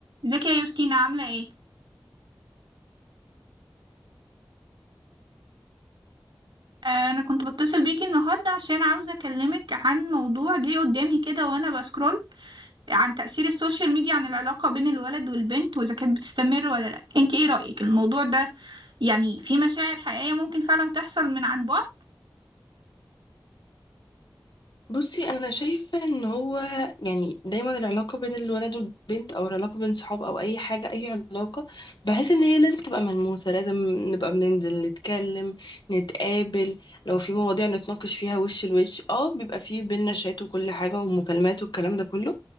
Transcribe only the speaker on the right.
ازيك يا يوستينا عاملة ايه؟ آه انا كنت بتصل بيكي النهاردة عشان عاوزة اكلمك عن موضوع جه قدامي كده وانا بسكرول عن تأثير السوشيال ميديا عن العلاقة بين الولد والبنت واذا كانت بتستمر ولا لا انت ايه رأيك الموضوع ده يعني في مشاعر حقيقية ممكن فعلا تحصل من عن بعد